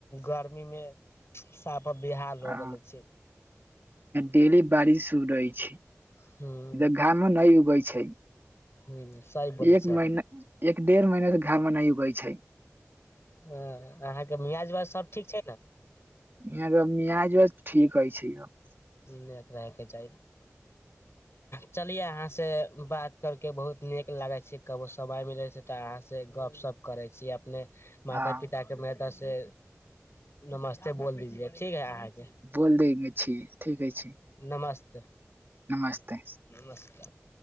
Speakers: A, on the left (about 60°); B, on the right (about 45°).
A: गर्मीमे। साफ बिहाल हो
B: आ
A: गेले छै।
B: डेली बारिश रहै छै।
A: हँ।
B: <unintelligible> घामा न उगे छै
A: हू, सही। बोलै
B: एक
A: छै
B: महीना एक डेढ़ महीनासे घामा न उगै छै।
A: ह, अहाँकेँ मियाज उवाज सभ ठीक छै ने।
B: यहाँकेँ मियाज उवज सभ ठीक हइ छै य।
A: नेट रह के चाही। चलिए अहाँसँ बात करिक बहुत निक लागै छै, कभो समय मिलै छै। तऽ अहाँसँ गपशप करै छै अपने। माता
B: हँ
A: पिताके मेरे तरफसे नमस्ते बोल दीजीए ठीक है आ।
B: बोल देने छै ठीकै छै।
A: नमस्ते।
B: नमस्ते।
A: नमस्कार।